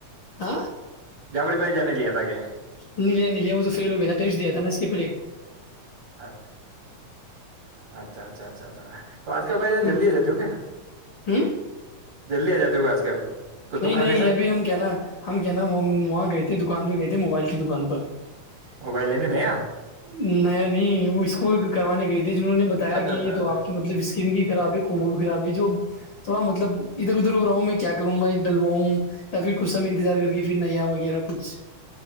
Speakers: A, on the left; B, on the right.
A: آ
B: جافری بھائی جان لیا تھا کیا
A: نہیںے نہیں وہ تو فیل ہو گیا تھا ٹیٹ دیا تھا نا اس کے پلے
B: اچ اچھا اچھا اچھا اچھا تو آج کل بھائی جان
A: تو۔
B: جلدی آ جاتے ہو کیا
A: ہوں
B: جلدی آ جاتے ہوا آج کل کتب
A: نہیں
B: خانے
A: نہیں
B: سے
A: ابھی ہم کیا نا ہم کیا نا وہاں گئے تھے دکان پہ گئے تھے موبائل کے دکان پر
B: موبائل لینے نیا
A: نیا نہیں وہ اسکول کرانی گئی تھی جنہوں نے بتایا
B: اچھا
A: کہ
B: اچھا
A: یہ تو آپ کی مطلب اسکرین بھی خراب ہے کومو بھی خراب ہے جو تھوڑا مطلب ادھر ادھر ہو رہا ہوں میں کیا کروں گا یا پھر کسا میں انتظار کر کے پھر نیا وغیرہ کچھ